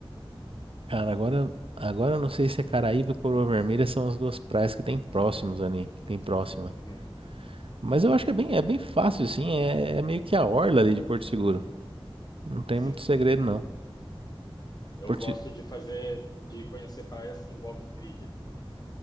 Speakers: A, on the right; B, on the left.
A: Cara, agora, agora eu não sei se é Caraíva ou Coroa Vermelha são as duas praias que tem próximos ali, que tem próxima.
B: Uhum,
A: Mas eu acho que é bem, é bem fácil, assim, é, é meio que a orla ali de Porto Seguro. Não tem
B: sim.
A: muito segredo, não.
B: Eu
A: Porto,
B: gosto
A: Se-
B: de fazer, de conhecer praias que envolvem trilha.